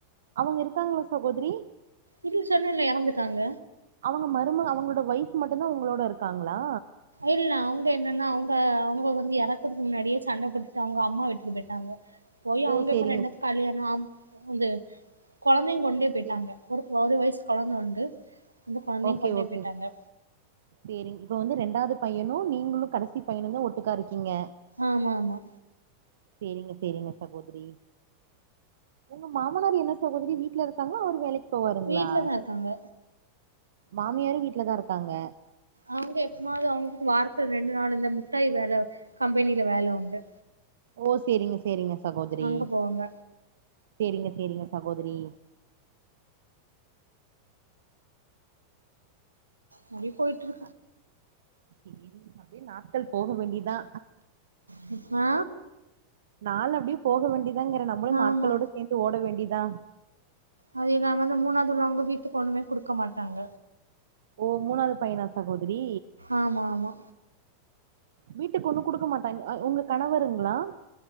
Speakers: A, on the right; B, on the right.
A: அவுங்க இருக்காங்களா சகோதரி
B: இது சொன்னேல்ல இறந்துட்டாங்க
A: அவுங்க மருமக அவுங்களோட வைஃப் மட்டுந்தா உங்களோட இருக்காங்களா?
B: இல்ல, அவுங்க என்னன்னா அவுங்க அவுங்க வந்து எறக்கறதுக்கு முன்னாடியே சண்ட போட்டுட்டு அவுங்க அம்மா வீட்டுக்கு போயிட்டாங்க. போயி
A: ஓ
B: அவுங்க
A: சேரிங்க
B: இப்ப ரெண்டத்து கால்யாணோ ஆம் வந்து கொழந்தையு கொண்டே போயிட்டாங்க.
A: சே
B: ஒரு ஒரு வய்சு கொழந்த உண்டு அந்த கொழந்தையு
A: ஓகே
B: கொண்டே
A: ஓகே
B: போயிட்டாங்க
A: செரிங், இப்ப வந்து ரெண்டாவது பையனும் நீங்களும் கடைசி பையனும் தா ஒட்டுக்கா இருக்கீங்க?.
B: ஆமா ஆமா
A: செரிங்க செரிங்க சகோதரி உங்க மாமனார், என்ன சகோதரி வீட்ல இருக்காங்களா? அவரு வேலைக் போவாருங்களா,
B: வீட்லதா இருக்காங்க
A: மாமியாரு வீட்லதா இருக்காங்க.
B: அவுங்க எப்பமாவது அவுங்குளுக்கு வாரத்துல ரெண்டு நாள் இந்த முட்டாய் வேல கம்பெனில வேல உண்டு.
A: ஓ செரிங்க செரிங்க சகோதிரி
B: அங்க போவாங்க
A: செரிங்க செரிங்க சகோதிரி
B: அப்டே போயிட்டுரு
A: அ அப்டியே நாட்கள் போக வேண்டியதா
B: ம்ஹூ
A: நாள் அப்டியே போக வேண்டியதாங்கிறே நம்மளு நாட்களோடு
B: ஆமா
A: சேந்து ஓட வேண்டியதா
B: அது இல்லாம வந்து மூணாவது உள்ளவங்க வீட்டுக்கு ஒண்ணுமே குடுக்க மாட்டாங்க.
A: ஓ மூணாவது பையனா சகோதிரி.
B: ஆமா ஆமா
A: வீட்டுக்கு ஒண்ணு குடுக்க மாட்டாங்க உங்க கணவருங்களா